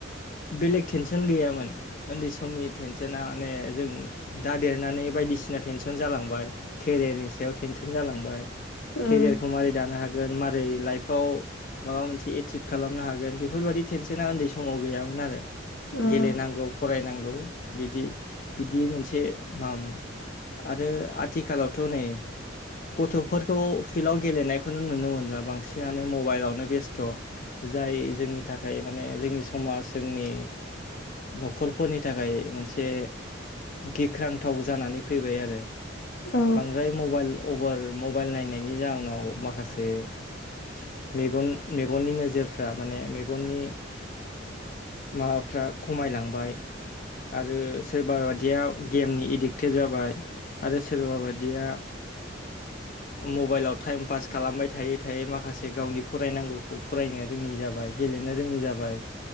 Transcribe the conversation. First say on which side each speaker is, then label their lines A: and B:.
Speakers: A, on the left (about 45°); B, on the left (about 65°).
A: बेलेग टेनसन गैयामोन उन्दै समनि टेनसना माने जों दा देरनानै, बायदिसिना टेनसन जालांबाय केरियारनि सायाव टेनसन जालांबाय,
B: उम
A: केरियारखौ माबारै दानो हागोन माबारै लाइफआव माबा मोनसे एसिभ, खालामनो हागोन बेफोर। बायदि टेनसना उन्दै समाव गैयामोन आरो
B: उम
A: गेलेनांगौ फरायनांगौ बिदि मोनसे माबामोन। आरो आथिखालावथ' नै- गथ'फोरखौ फिल्डआव गेलेनायखौनो नुनो मोनला बांसिनानो मबाइलावनो बेस्थ', जाय जोंनि थाखाय माने, जोंनि समाज जोंनि, न'खरफोरनि थाखाय मोनसे, गिख्रांथाव जानानै फैबाय आरो,
B: औ
A: बांद्राय मबाइल अभार मबाइल नायनायनि जााहोनाव माखासे - मेगन मेगननि नोजोर- फ्रा माने मेगननि, माबाफ्रा खमायलांबाय, आरो सोरबा बादिया, गेमनि एडिक्टेड जाबाय आरो सोरबा बादिया, <inaudible> मबाइलाव टाइम पास खालामबाय थायै-थायै माखासे गावनि फरायनांगौखौ फरायनो- रोङि जाबाय, गेलेनो रोङि जाबाय,